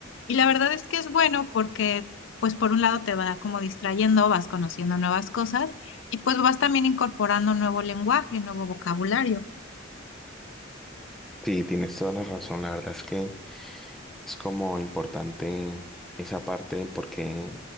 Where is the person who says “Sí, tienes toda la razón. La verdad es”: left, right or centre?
Centre